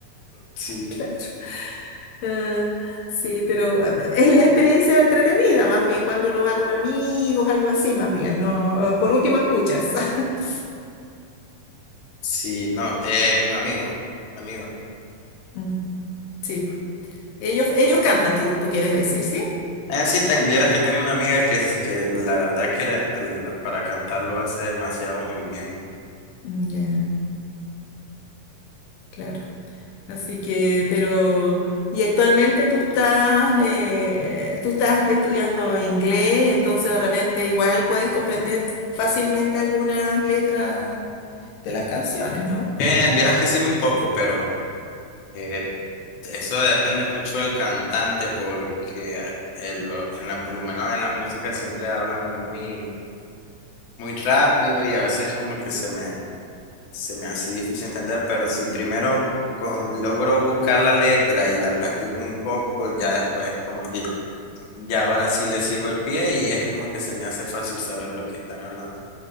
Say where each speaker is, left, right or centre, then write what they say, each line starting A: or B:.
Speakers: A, on the left; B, on the left.
A: Sí,
B: Claro. Ah, sí, pero ah, es la experiencia entretenida, más bien, cuando uno va con amigos, algo así, más bien, no, Ah, por último escuchas. <laughs>
A: sí, no, eh, con amigos, amigos.
B: Mm, sí, po. ellos, ellos cantan, tú, tú quieres decir, ¿sí?
A: Eh, sí, te, vieras que tengo una amiga que, es- que la verdad que le- al- para cantarlo hace demasiado muy bien.
B: Mm, Ya, claro. Así que, pero, y actualmente tú estás, eh, tú estás estudiando inglés, entonces de repente igual puedes comprender fácilmente algunas letras de las canciones, ¿no?
A: Eh, vieras que sí, muy poco, pero eh, eso depende mucho del cantante porque ah, en lo- en la, por lo menos en las músicas siempre hablan muy, muy rápido y a veces como que se me, se me hace difícil entender, pero si primero con- logro buscar la letra y la practico un poco, ya después como que ya ahora sí le sigo el pie y es como que se me hace fácil saber lo que están hablando.